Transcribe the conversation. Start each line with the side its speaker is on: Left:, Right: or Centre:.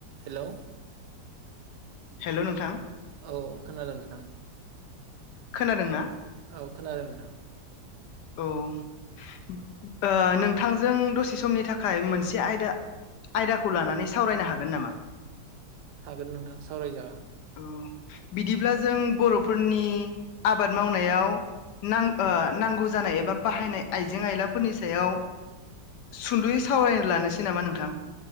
Right: हेलौ।
Left: हेलौ नोंथां।
Right: औ खोनादों नोंथां।
Left: खोनादोंना?
Right: औ खोनादों नोंथां।
Left: औ, ओ नोंथांजों दसे समनि थाखाय मोनसे आयदा आयदाखौ लानानै सावरायनो हागोन नामा?
Right: हागोन नोंथां सावराय जागोन।
Left: उम बिदिब्ला जों बर'फोरनि आबाद मावनायाव नां ओ नांगौ जानाय एबा बाहायनाय आइजें आयलाफोरनि सायाव सुंद'यै सावरायनो लानोसै नामा नोंथां?